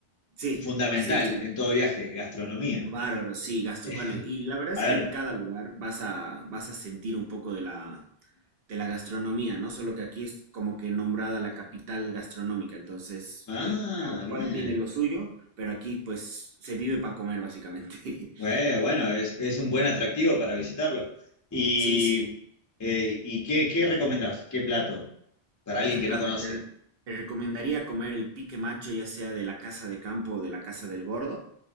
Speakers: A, on the right; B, on the left.
A: Sí,
B: Fundamental
A: sí, sí.
B: en todo viaje, gastronomía.
A: Bárbaro, sí, gastro.
B: <laughs>
A: Bueno, y la verdad
B: A
A: es que
B: ver,
A: en cada lugar vas a vas a sentir un poco de la de la gastronomía, ¿no? Solo que aquí es como que nombrada la capital gastronómica, entonces
B: ah,
A: en cada cual
B: bien.
A: tiene lo suyo, pero aquí pues se vive para comer básicamente. <laughs>
B: Eh, bueno, es, es un buen atractivo para visitarlo. ¿Y,
A: Sí, sí.
B: eh, ¿y qué, qué recomendás? ¿Qué plato para alguien
A: ¿Qué
B: que
A: plato?
B: no conoce?
A: Te, re- te recomendaría comer el pique macho, ya sea de la casa de campo o de la casa del gordo,